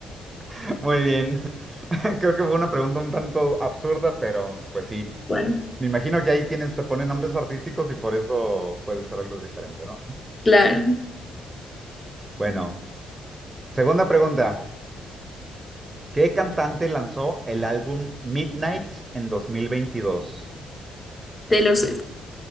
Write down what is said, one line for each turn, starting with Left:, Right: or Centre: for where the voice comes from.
Right: <laughs> Muy bien. <laughs> Creo que fue una pregunta un tanto absurda, pero pues sí.
Left: Bueno,
Right: Me imagino que hay quienes se ponen nombres artísticos y por eso puede ser algo diferente, ¿no?
Left: claro,
Right: Bueno, segunda pregunta. ¿Qué cantante lanzó el álbum Midnights en 2022?
Left: Taylor Swift.